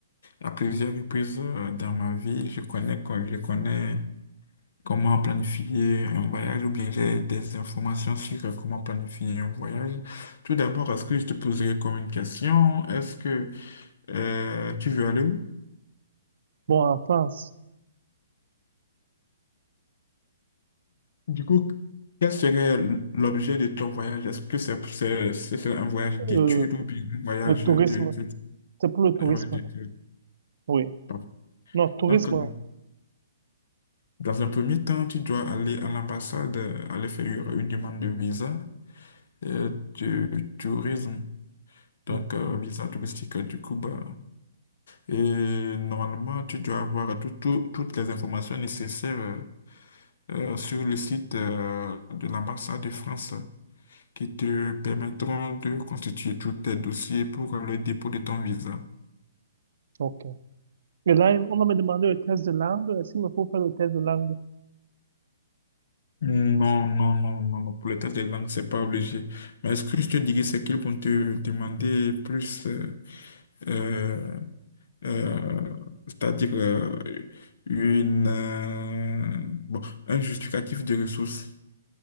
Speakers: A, on the left (about 60°); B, on the right (about 60°).
A: à plusieurs reprises euh, dans ma vie. Je connais, co- je connais comment planifier un voyage ou bien j'ai des informations sur euh, comment planifier un voyage. Tout d'abord, est-ce que je te poserai comme une question? Est-ce que euh, tu veux aller où?
B: Bon, en France,
A: Du coup, quel serait l'objet de ton voyage? Est-ce que c'est, c'est, c'est un voyage d'études
B: euh,
A: ou bien un voyage
B: le tourisme,
A: de, de-
B: c'est pour le tourisme.
A: un voyage d'études?
B: Oui.
A: Pardon.
B: Non, tourisme.
A: Donc, euh, Dans un premier temps, tu dois aller à l'ambassade, euh, aller faire une une demande de visa euh, du tourisme, donc
B: hmm,
A: euh, visa touristique du Cuba. Et normalement, tu dois avoir tout- tout- toutes les informations nécessaires euh, euh, sur le site euh, de l'ambassade de France qui te permettront de constituer tous tes dossiers pour le dépôt de ton visa.
B: Ok. Et là, on va me demander le test de langue. Est-ce qu'il me faut faire le test de langue?
A: Non, non, non, non, non, pour le test des langues, c'est pas obligé. Mais ce que je te dirais, c'est qu'ils vont te demander plus. euh, euh, euh, c'est-à-dire euh, une, euh, bon, un justificatif de ressources.